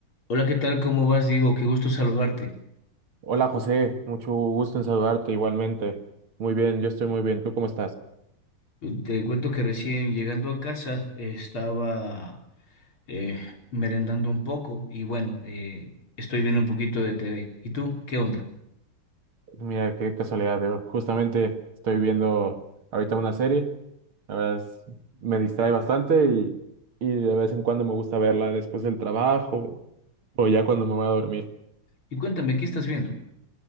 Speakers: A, on the left; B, on the right.
A: Hola, ¿qué tal? ¿Cómo vas, Diego? Qué gusto saludarte.
B: Hola José, mucho gusto en saludarte igualmente. Muy bien, yo estoy muy bien. ¿Tú cómo estás?
A: Te cuento que recién llegando a casa eh, estaba eh, merendando un poco y bueno, eh, estoy viendo un poquito de TV. ¿Y tú? ¿Qué onda?
B: Mira, qué casualidad. yo justamente estoy viendo ahorita una serie. La verdad es- me distrae bastante y, y de vez en cuando me gusta verla después del trabajo o ya cuando me voy a dormir.
A: Y cuéntame, ¿qué estás viendo?